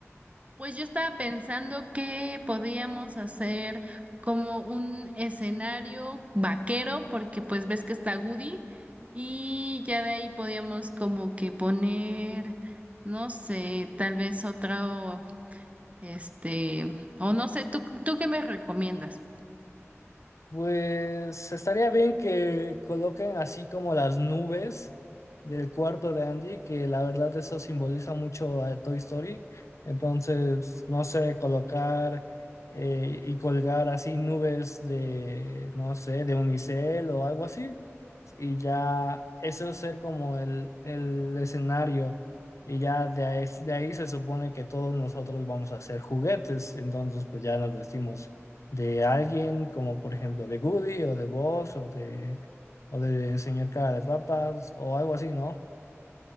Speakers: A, on the right; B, on the left.
A: Pues yo estaba pensando que podíamos hacer como un escenario vaquero, porque pues ves que está Woody y ya de ahí podíamos como que poner, no sé, tal vez otro, este, o no sé, ¿tú, tú qué me recomiendas?
B: Pues estaría bien que coloquen así como las nubes del cuarto de Andy, que la verdad eso simboliza mucho a Toy Story. Entonces, no sé, colocar eh, y colgar así nubes de, no sé, de unicel o algo así. Y ya eso ser como el, el escenario. Y ya de ahí, de ahí se supone que todos nosotros vamos a hacer juguetes. Entonces, pues ya nos vestimos de alguien como por ejemplo de Goody o de Boss o de o de señor cara de papas o algo así, ¿no?